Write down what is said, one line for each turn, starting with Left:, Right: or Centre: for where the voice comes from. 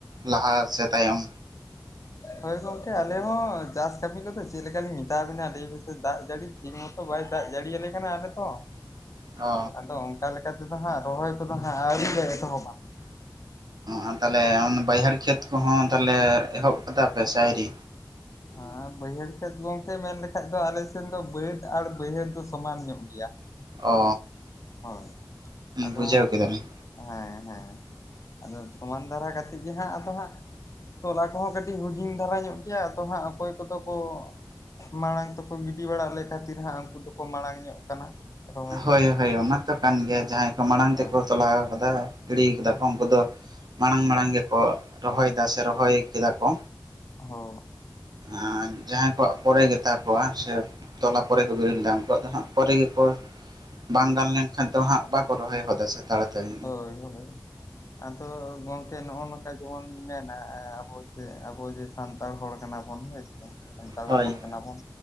Right: ᱞᱟᱦᱟ ᱥᱮ ᱛᱟᱭᱚᱢ?
Left: ᱦᱳᱭ ᱜᱚᱝᱠᱮ ᱟᱞᱮ ᱦᱚᱸ ᱪᱟᱥ ᱠᱟᱹᱢᱤ ᱠᱚᱫᱚ ᱪᱮᱫ ᱞᱮᱠᱟ ᱞᱤᱧ ᱢᱮᱛᱟ ᱟᱵᱤᱱᱟ ᱞᱟ. ᱭ ᱵᱤᱱ ᱥᱮ ᱫᱟᱜ ᱡᱟᱹᱲᱤ ᱴᱷᱤᱠ ᱢᱚᱛᱚ ᱵᱟᱭ ᱫᱟᱜ ᱡᱟᱹᱲᱤ ᱟᱞᱮ ᱠᱟᱱᱟ ᱟᱞᱮ ᱫᱚ᱾
Right: ᱚ
Left: ᱟᱫᱚ ᱚᱝᱠᱟ ᱞᱮᱠᱟ ᱛᱮᱫᱚ ᱦᱟᱸᱜ ᱨᱚᱦᱚᱭ ᱠᱚᱫᱚ ᱦᱟᱸᱜ ᱟᱹᱣᱨᱤ ᱞᱮ ᱮᱛᱚᱦᱚᱵ-ᱟ᱾
Right: ᱚ ᱛᱟᱞᱦᱮ ᱚᱱᱮ ᱵᱟᱹᱭᱦᱟᱹᱲ ᱠᱷᱮᱛ ᱠᱚᱦᱚᱸ ᱛᱟᱞᱦᱮ ᱮᱦᱚᱵ ᱠᱟᱫᱟ ᱯᱮ ᱥᱮ ᱟᱭᱨᱤ?
Left: ᱮᱸ ᱵᱟᱹᱭᱦᱟᱹᱲ ᱠᱷᱮᱛ ᱜᱚᱝᱠᱮ ᱢᱮᱱ ᱞᱮᱠᱷᱟᱡ ᱫᱚ ᱟᱞᱮ ᱥᱮᱱ ᱫᱚ ᱵᱟᱹᱫᱽ ᱟᱨ ᱵᱟᱹᱭᱦᱟᱹᱲ ᱫᱚ ᱥᱚᱢᱟᱱ ᱧᱚᱜ ᱜᱮᱭᱟ᱾
Right: ᱚ
Left: ᱦᱳᱭ ᱟᱫᱚ
Right: ᱵᱩᱡᱷᱟᱹᱣ
Left: ᱦᱟᱸᱜ
Right: ᱠᱮᱫᱟ ᱞᱤᱧ᱾
Left: ᱦᱮᱸ ᱦᱮᱸ ᱟᱫᱚ ᱥᱚᱢᱟᱱ ᱫᱷᱟᱨᱟ ᱠᱟᱛᱮᱜ ᱜᱮ ᱦᱟᱸᱜ ᱟᱫᱚ ᱦᱟᱸᱜ ᱛᱚᱞᱟ ᱠᱚᱦᱚᱸ ᱠᱟᱴᱤᱡ ᱦᱩᱰᱤᱧ ᱫᱷᱟᱨᱟ ᱧᱚᱜ ᱜᱮᱭᱟ, ᱟᱫᱚ ᱦᱟᱸᱜ ᱚᱠᱚᱭ ᱠᱚᱫᱚ ᱠᱚ ᱢᱟᱲᱟᱝ ᱛᱮᱠᱚ ᱜᱤᱰᱤ ᱵᱟᱲᱟ ᱞᱮ ᱠᱷᱟᱹᱛᱤᱨ ᱦᱟᱸᱜ ᱩᱝᱠᱩ ᱫᱚᱠᱚ ᱢᱟᱲᱟᱝ ᱧᱚᱜ ᱠᱟᱱᱟ ᱨᱚᱦᱚᱭ
Right: ᱦᱳᱭ
Left: ᱠᱚᱫᱚ
Right: ᱦᱳᱭ ᱚᱱᱟ ᱛᱚ ᱠᱟᱱ ᱜᱮᱭᱟ ᱡᱟᱦᱟᱸᱭ ᱠᱚ ᱢᱟᱲᱟᱝ
Left: ᱦᱳᱭ
Right: ᱛᱮᱠᱚ ᱛᱚᱞᱟᱣ ᱠᱟᱫᱟ ᱜᱤᱲᱤ ᱠᱟᱫᱟ ᱠᱚ ᱩᱝᱠᱩ ᱫᱚ ᱢᱟᱲᱟᱝ ᱢᱟᱲᱟᱝ ᱜᱮᱠᱚ ᱨᱚᱦᱚᱭ ᱫᱟ ᱥᱮ ᱨᱚᱦᱚᱭ ᱠᱮᱫᱟ ᱠᱚ᱾
Left: ᱦᱳ
Right: ᱟᱨ ᱡᱟᱦᱟᱸᱭ ᱠᱚᱣᱟᱜ ᱯᱚᱨᱮ ᱜᱮᱛᱟ ᱠᱚᱣᱟ, ᱥᱮ ᱛᱚᱞᱟ ᱯᱚᱨᱮ ᱠᱚ ᱜᱤᱲᱤ ᱞᱮᱫᱟ ᱩᱝᱠᱩᱣᱟᱜ ᱫᱚ ᱦᱟᱸᱜ ᱯᱚᱨᱮ ᱜᱮᱠᱚ ᱵᱟᱝ ᱜᱟᱱ ᱞᱮᱱ ᱠᱷᱟᱱ ᱫᱚ ᱦᱟᱸᱜ ᱵᱟᱠᱚ ᱨᱚᱦᱚᱭ ᱦᱚᱫᱟ ᱥᱮ ᱛᱟᱲᱟᱛᱟᱲᱤ᱾
Left: ᱦᱳᱭ ᱦᱳᱭ᱾ ᱟᱫᱚ ᱜᱚᱝᱠᱮ ᱱᱚᱜᱼᱚ ᱱᱚᱝᱠᱟ ᱡᱮᱢᱚᱱᱤᱧ ᱢᱮᱱᱟ ᱟᱵᱚ ᱡᱮ ᱟᱵᱚ ᱡᱮ ᱥᱟᱱᱛᱟᱲ ᱦᱚᱲ ᱠᱟᱱᱟᱵᱚᱱ ᱦᱳᱭ ᱥᱮ ᱥᱟᱱᱛᱟᱲ
Right: ᱦᱳᱭ
Left: ᱦᱚᱯᱚᱱ ᱠᱟᱱᱟᱵᱚᱱ